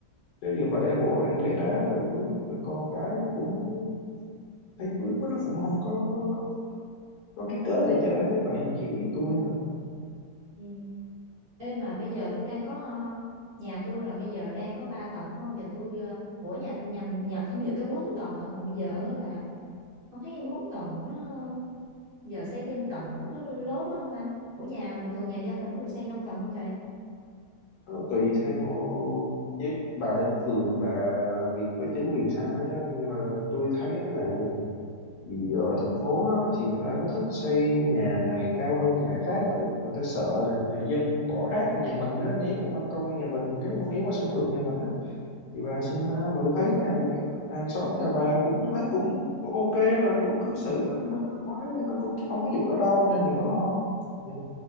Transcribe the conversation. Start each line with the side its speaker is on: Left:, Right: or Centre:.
Left: chứ giờ bà để bộ bàn đế đá rồi vướng rồi con cái nó cũng thấy vướng quá nó cũng không có có có có cái cớ để chơi á. bà hi- hiểu ý tôi
Right: Ừ. Ê mà bây giờ tôi đang có ờ, nhà tôi là bây giờ đang có 3 tầng phải không? Giờ tôi ờ, ủa nhà nhầm nhà tôi bây <laughs> giờ tôi 4 tầng lận mà bây giờ là không thấy 4 tầng nó giờ xây thêm tầng nữa có lố quá không ta? Ủa nhà bình thường nhà dân mình có được xây 5 tầng không trời?
Left: Ờ, tùy theo với bà lên phường bà làm việc với chính quyền sao đó chứ nhưng mà tôi thấy thế này vì ở thành phố á, thì người ta có thích xây nhà này cao hơn nhà khác tại người ta sợ là nhà dân bỏ rác qua nhà mình á ném qua ban công nhà mình nếu ném qua sân thượng nhà mình á thì bà xem sao mà tôi thấy hàng, hàng xóm nhà bà cũng tôi thấy cũng ok mà cũng cư xử văn minh văn hóa nhưng mà cũng chứ không có vụ đó đâu nên đừng có lo ừ.